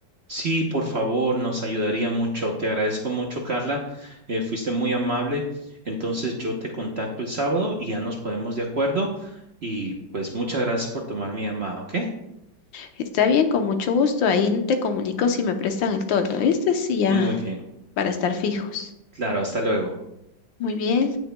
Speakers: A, on the right; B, on the left.
A: Sí, por favor, nos ayudaría mucho. Te agradezco mucho, Carla. Eh, fuiste muy amable. Entonces yo te contacto el sábado y ya nos ponemos de acuerdo. Y pues muchas gracias por tomar mi llamada, ¿ok?
B: Está bien, con mucho gusto. Ahí te comunico si me prestan el toldo. Este sí ya
A: Muy bien.
B: para estar fijos.
A: Claro, hasta luego.
B: Muy bien.